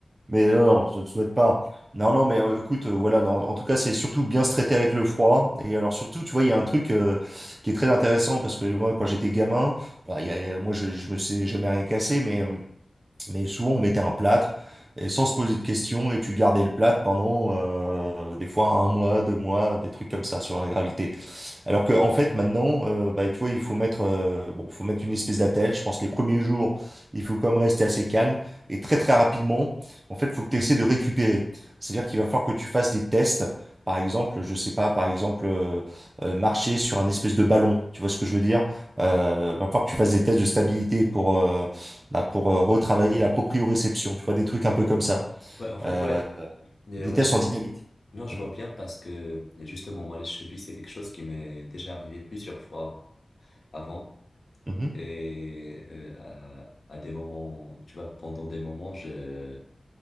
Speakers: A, on the right; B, on the left.
A: Mais non, non, je ne le souhaite pas. Non, non, mais euh, écoute, euh, voilà, non, en tout cas, c'est surtout bien se traiter avec le froid. Et alors, surtout, tu vois, il y a un truc euh, qui est très intéressant parce que moi, quand j'étais gamin, bah, il y a- il y a- moi, je, je me sais jamais rien cassé, mais, euh, mais souvent, on mettait un plâtre et sans se poser de questions et tu gardais le plâtre pendant euh, des fois un mois, deux mois, des trucs comme ça sur la gravité. Alors que en fait maintenant, euh, bah, tu vois, il faut mettre, euh, bon, faut mettre une espèce d'attelle. Je pense que les premiers jours, il faut quand même rester assez calme et très très rapidement. En fait, faut que tu essaies de récupérer. C'est-à-dire qu'il va falloir que tu fasses des tests. Par exemple, je sais pas, par exemple, euh, euh, marcher sur un espèce de ballon. Tu vois ce que je veux dire? Euh,
B: Mhm.
A: va falloir que tu fasses des tests de stabilité pour, euh, bah, pour euh, retravailler la proprioception. Tu vois, des trucs un peu comme ça.
B: Ouais, en fait,
A: Euh,
B: ouais, Euh,
A: des
B: ouais,
A: tests
B: j'ai,
A: en dynamique.
B: non, je
A: Mhm,
B: vois bien parce que justement, moi, les chevilles, c'est quelque chose qui m'est déjà arrivé plusieurs fois avant.
A: mhm,
B: Et euh, à, à des moments, tu vois, pendant des moments, je,